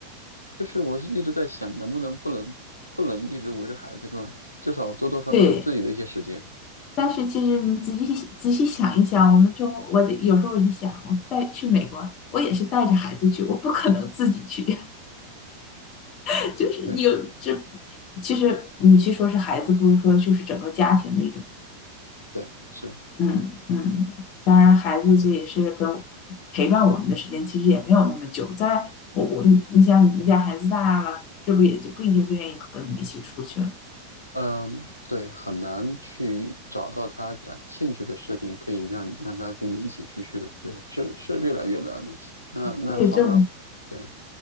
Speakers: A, on the left (about 85°); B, on the left (about 40°).
A: 就是我是一直在想，能不能不能不能一直围着孩子转，至少多多少少有自己的一些时间。
B: 对，但是其实你仔细仔细想一想，我们中我得有时候一想，我带去美国，我也是带着孩子去，我不可能自己去，<laughs> 就是有这。
A: 对
B: 其实，与其说是孩子，不如说就是整个家庭的一种
A: 对是，
B: 嗯嗯，当然，孩子这也是跟陪伴我们的时间其实也没有那么久。在我我你你想，你们家孩子大了，是不是也就不一定愿意和你们一起出去了？
A: 嗯，对，很难去找到他感兴趣的事情，可以让让他跟你一起出去的。对，是是越来越难了。那那反而，
B: 对，这
A: 对，